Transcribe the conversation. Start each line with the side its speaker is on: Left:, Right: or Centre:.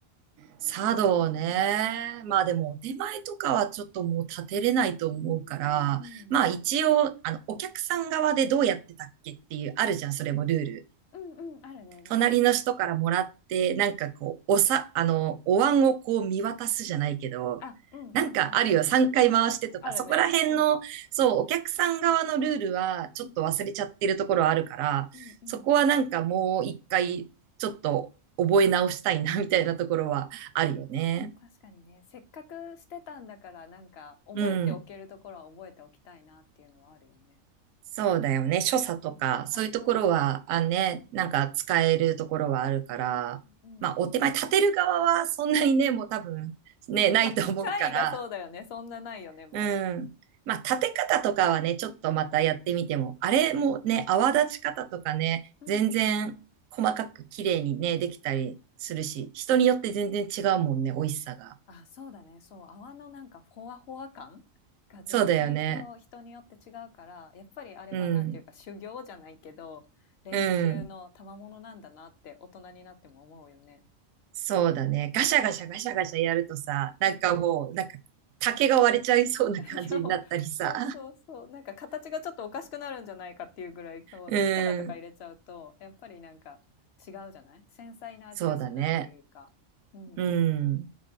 Right: 茶道ね。まあでも、お手前とかはちょっともう立てれないと思うから、
Left: うん。
Right: まあ一応、あの、お客さん側でどうやってたっけっていう、あるじゃん、それもルール。
Left: うんうん、あるね、なんか。
Right: 隣の人からもらって、なんかこう、
Left: うん。
Right: おさ、あの、お椀をこう見渡すじゃないけど、
Left: あ、うんうんうん。
Right: なんかあるよ、3回回してとか、
Left: あるね。
Right: そこら辺の、
Left: うん。
Right: そう、お客さん側のルールはちょっと忘れちゃってるところあるから、
Left: うん。うんうん
Right: そこはなんかもう一回、ちょっと覚え直したいな、みたいなところはあるよね。
Left: 確かにね、せっかくしてたんだから、なんか覚えておけるところは覚えておきたいなっていうのはあるよね。
Right: うん。そうだよね。所作とか、
Left: うん、
Right: そういうところは、
Left: あ、そうだね。
Right: あね、
Left: うん、
Right: なんか使えるところはあるから、
Left: うんうんうん
Right: まあ、お手前立てる側はそんなにね、もう多分、ね、ないと思うから、
Left: まあ、機械がそうだよね。そんなないよね、も
Right: うん。まあ、立て方とかはね、ちょっとまたやってみても、あれもね、泡立ち方とかね、
Left: ううん、
Right: 全然細かく綺麗にね、できたりするし、人によって全然違うもんね、美味しさが。
Left: あ、そうだね。そう、泡のなんかほわほわ感が全然人、
Right: そうだよね。
Left: 人によって違うから、やっぱりあれはなんていうか修行じゃないけど、
Right: うん。
Left: 練習の賜物なんだなって大人になっても思うよね。
Right: うん。そうだね。ガシャガシャガシャガシャやるとさ、なんかもう、
Left: うん
Right: なんか竹が割れちゃいそうな感じになったりさ。
Left: <laughs> いや、そうそうそう。なんか形がちょっとおかしくなるんじゃないかっていうぐらい、
Right: <laughs>
Left: こう力とか入れちゃうと、
Right: うん。
Left: やっぱりなんか違うじゃない繊細な味がしないというか。
Right: そうだね。
Left: うんうん。
Right: うん。